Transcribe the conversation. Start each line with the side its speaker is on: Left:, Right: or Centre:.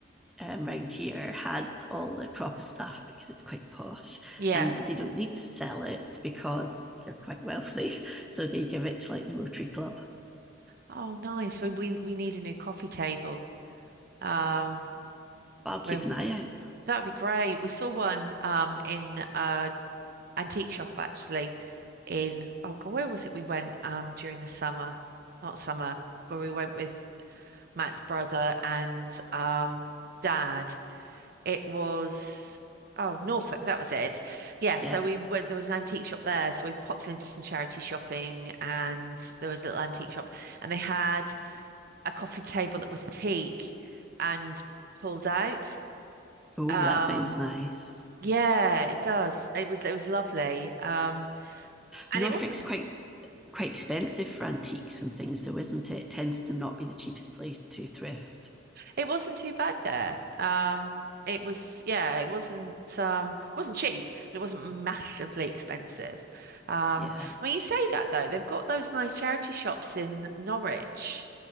Centre: um, round here had all the proper stuff because it's quite posh
Right: Yeah.
Centre: and they don't need to sell it because they're quite wealthy. <laughs> So they give it to like the Rotary Club.
Right: Oh, nice. We we, we need a new coffee table. Um,
Centre: But I'll keep
Right: we
Centre: an eye out.
Right: that'd be great. We saw one um in uh antique shop actually in oh God, where was it we went um during the summer? Not summer, where we went with Matt's brother and um dad. It was oh Norfolk, that was it. Yeah, so
Centre: Yeah.
Right: we were there was an antique shop there, so we popped into some charity shopping and there was a little antique shop and they had a coffee table that was teak and pulled out.
Centre: Oh,
Right: Um
Centre: that sounds nice.
Right: yeah, it does. It was it was lovely. Um and
Centre: Norfolk's
Right: it was
Centre: quite quite expensive for antiques and things, though, isn't it? it tends to not be the cheapest place to thrift.
Right: It wasn't too bad there. Um, it was, yeah, it wasn't, um, it wasn't cheap, but it wasn't massively expensive. Um,
Centre: Yeah.
Right: when you say that though, they've got those nice charity shops in Norwich.